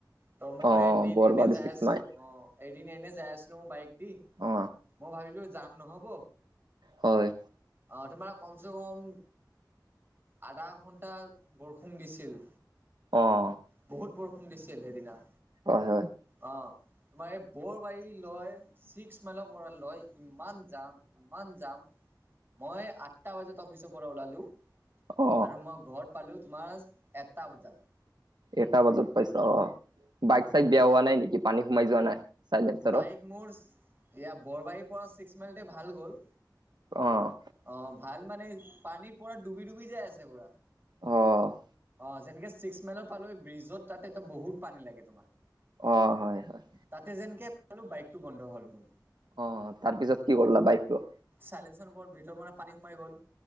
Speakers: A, on the right; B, on the right.
A: ত' মই
B: অ
A: এদিন
B: বৰবাৰী
A: এনে যাই
B: ছিক্স
A: আছিলো
B: মাইল
A: অ এদিন এনে যাই আছিলো মই বাইক দি,
B: অ
A: মই ভাবিলো যাম নহ'ব,
B: হয়।
A: অঁ তোমাৰ কমচে কম আধা ঘণ্টা বৰষুণ, দিছিল।
B: অঁ।
A: বহুত বৰষুণ দিছিল সেইদিনা।
B: হয় হয়।
A: অ তোমাৰ এই বৰবাৰী লয়, ছিক্স মাইলৰ পৰা লয় ইমান যাম। ইমান যাম, মই আঠটা বজাত অফিচৰ পৰা ওলালো,
B: অ
A: আৰু মই ঘৰত পালোঁ তোমাৰ এটা বজাত।
B: এটা বজাত পাইছ অ। বাইক
A: অ
B: চাইক বিয়া হোৱা নাই নেকি, পানী সোমাই যোৱা নাই চাইলেনচাৰত?
A: বাইক মোৰ ইয়াত বৰবাৰীৰ পৰা ছিক্স মাইলতে ভাল গ'ল।
B: অঁ।
A: অ ভাল মানে পানীৰ পৰা ডুবি- ডুবি যাই আছে পুৰা।
B: অঁ।
A: অ যেনেকে ছিক্স মাইলৰ পালো, ব্ৰিজত তাত এটা বহুত পানী লাগে তোমাৰ।
B: অ হয় হয়।
A: তাতে যেনকে আৰু বাইকটো বন্ধ হ'ল মোৰ।
B: অ' তাৰ পিছত কি কৰলা বাইকটো?
A: চাইলেনচাৰ ওপৰত ভিতৰ পৰা পানী সোমাই গ'ল,